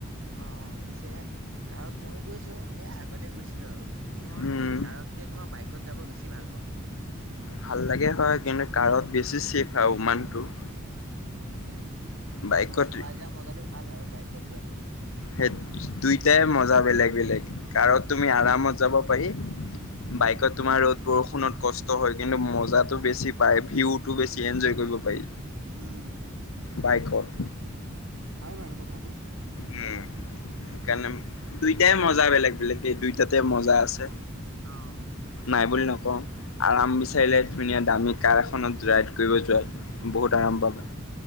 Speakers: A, on the right; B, on the left.
A: অ পিছে তত ময়ো গৈছো এ আগতে গৈছিলো আৰু কিন্তু মই
B: উম
A: কাৰতকে তোমাৰ বাইকত যাব বেছি ভাল পাওঁ।
B: ভাল লাগে হয় কিন্তু কাৰত বেছি চেফ আৰু মানুহটো-
A: উম কিন্তু
B: বাইকত
A: চলাই যোৱা মজাটো ভাল আৰু বাইকত যোৱাাতটো-
B: সেই দুইটাই মজা বেলেগ -বেলেগ কাৰত তুমি আৰামত যাব পাৰি।
A: উম
B: বাইকত তোমাৰ ৰ'দ, বৰষু, ফোনত কষ্ট হয় কিন্তু মজাটো বেছি পায় ভিউতটো বেছি এনজয় কৰিব পাৰি।
A: উম
B: বাইকৰ
A: হয় বাৰু কথাটো
B: উ সেইকাৰণে দুইটাই মজা বেলেগ বেলেগ এই দুইটাতে মজা আছে।
A: অহ
B: নাই বুলি নকওঁ আৰাম বিচাৰিলে ধুনীয়া দামী কাৰ এখনত যই কৰিব যোৱাত বহুত আৰাম পাবা